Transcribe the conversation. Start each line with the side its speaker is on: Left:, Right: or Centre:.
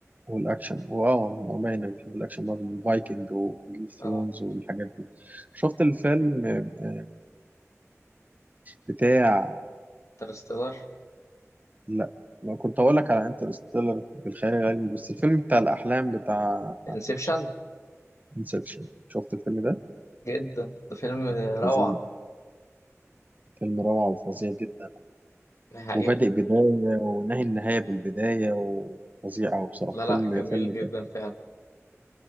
Right: والاكشن واه هو باين انا بحب الاكشن برضه من فايكنج وجيم اوف ثرونز
Left: اه
Right: والحاجات دي شفت الفيلم آه، بتاع
Left: انترستيلر
Right: لا ما كنت اقول لك على انترستيلر بالخيال العلمي بس الفيلم بتاع الاحلام بتاع
Left: انسبشن
Right: انسبشن شفت الفيلم ده
Left: جدا ده فيلم روعة
Right: فظيع فيلم روعة وفظيع جدا
Left: حقيقة
Right: وبادئ بداية ونهي النهاية بالبداية وفظيع أوي بصراحة
Left: لا لا
Right: فيلم
Left: جميل
Right: فيلم
Left: جدا
Right: كده.
Left: فعلا